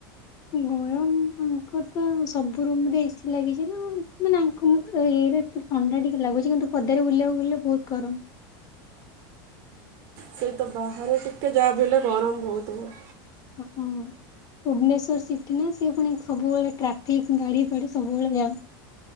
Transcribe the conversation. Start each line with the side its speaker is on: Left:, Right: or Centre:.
Left: ଗରମ ଆଙ୍କର ତ ସବୁ ରୁମ୍‌ରେ ଏସି ଲାଗିଛି ନା ମାନେ ଆଙ୍କ ମୁହଁରେ ଇଏରେ ତ ଥଣ୍ଡା ଟିକେ ଲାଗୁଛି କିନ୍ତୁ ପଦାରେ ବୁଲିବାକୁ ବୁଲଲେ ବହୁତ୍ ଗରମ।
Right: ସେଇ ତ ବାହାରେ ଟିକେ ଯାହାବି ହେଲେ ଗରମ ହଉଥିବ।
Left: ଉଁ ହୁଁ। ଭୁବନେଶ୍ଵର ସିଟି ନା ସିଏ ପୁଣି ସବୁବେଳେ ଟ୍ରାଫିକ୍ ଗାଡି ଫାଡି ସବୁବେଳେ ଯାମ୍।